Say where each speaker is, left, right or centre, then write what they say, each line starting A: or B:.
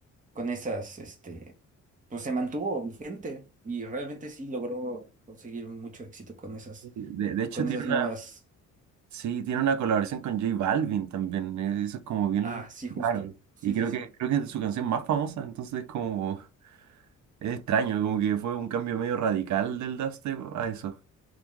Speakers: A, on the right; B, on the right.
A: con esas, este, pues se mantuvo vigente y realmente sí logró conseguir mucho éxito con esas,
B: De, de hecho
A: con
B: tiene
A: esas nuevas,
B: una, sí, tiene una colaboración con J Balvin también. eh, Eso es como bien
A: ah, sí, justo,
B: raro.
A: sí,
B: Y creo
A: sí, sí.
B: que, creo que es su canción más famosa, entonces como es extraño, como que fue un cambio medio radical del dubstep a eso.